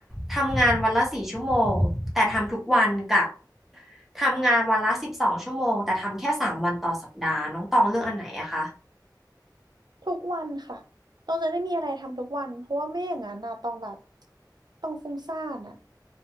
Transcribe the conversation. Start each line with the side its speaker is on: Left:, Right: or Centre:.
Centre: ทำงานวันละสี่ชั่วโมงแต่ทำทุกวันกับทำงานวันละสิบสองชั่วโมงแต่ทำแค่สามวันต่อสัปดาห์น้องตองเลือกอันไหนอะคะ
Right: ทุกวันค่ะตองจะได้มีอะไรทำทุกวันเพราะว่าไม่อย่างนั้นนะตองแบบตองฟุ้งซ่านอ่ะ